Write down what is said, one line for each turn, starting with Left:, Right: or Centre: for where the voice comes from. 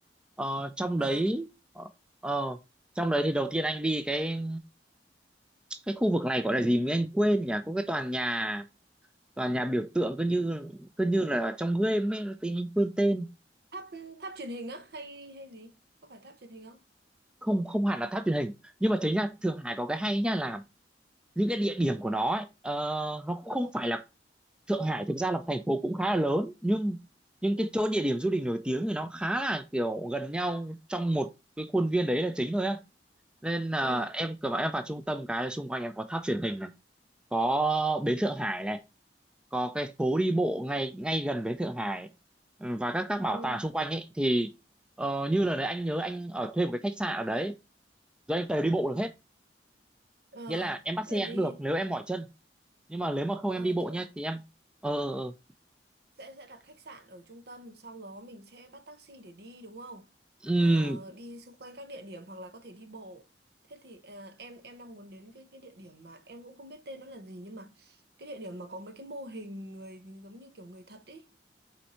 Centre: ờ, trong
Right: à,
Centre: đấy ờ, ờ, trong đấy thì đầu tiên anh đi cái cái khu vực này gọi là gì mới anh quên nhỉ có cái tòa nhà tòa nhà biểu tượng cứ như cứ như là ở trong game ấy thì anh quên tên
Right: tháp tháp truyền hình á hay hay gì có phải tháp truyền hình không
Centre: không không hẳn là tháp truyền hình nhưng mà chính ra Thượng Hải có cái hay nhá là những cái địa điểm của nó ấy, ờ, nó cũng không phải là Thượng Hải thực ra là thành phố cũng khá là lớn nhưng nhưng
Right: ừ
Centre: cái chỗ địa điểm du lịch nổi tiếng thì nó khá là kiểu gần nhau trong một cái khuôn viên đấy là chính thôi á nên là
Right: ừ
Centre: em cứ bảo em vào trung tâm cái là xung quanh em có tháp truyền hình này có bến Thượng Hải này có cái phố đi bộ ngay ngay gần bến Thượng Hải Ừ, và các các bảo
Right: ừ
Centre: tàng xung quanh ấy thì ờ, như là đấy anh nhớ anh ở thuê một cái khách sạn ở đấy rồi anh tới đi bộ được hết
Right: ờ
Centre: nghĩa là em bắt
Right: tức
Centre: xe
Right: là đi
Centre: cũng được nếu em mỏi chân nhưng mà nếu mà không
Right: ờ
Centre: em đi bộ
Right: tức là
Centre: nhá thì em ờ ờ, ờ.
Right: sẽ sẽ đặt khách sạn ở trung tâm sau đó mình sẽ bắt taxi để đi đúng không
Centre: Ừm,
Right: Ờ, đi xung quanh các địa điểm hoặc là có thể đi bộ thế thì à, em em đang muốn đến cái cái địa điểm mà em cũng không biết tên nó là gì nhưng mà cái địa điểm mà có mấy cái mô hình người giống như kiểu người thật ý